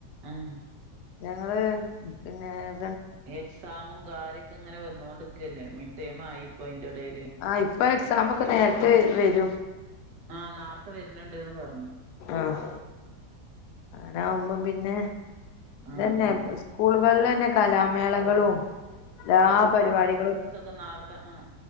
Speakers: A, on the right; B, on the left.
A: ഉം
B: ഞങ്ങള് പിന്നെർ
A: എക്സാമും കാര്യൊക്കെ ഇങ്ങനെ വന്നോണ്ട്ക്കല്ലേ മിട്ടേമായിപ്പയിന്റെ എടേല്
B: ആഹ് ഇപ്പം എക്സാമൊക്കെ നേരത്തെ വെരും
A: ആ നാർത്ത വരുന്നുണ്ട്ന്ന് പറഞ്ഞു
B: ആഹ് അങ്ങനാവുമ്പം പിന്നെ
A: ആ
B: ഇതന്നെ
A: ആ
B: സ് സ്കൂള്കളിലെന്നെ കലാമേളകളും എല്ലാ പരിപാടികളും
A: പ്പം നാർത്ത ആഹ്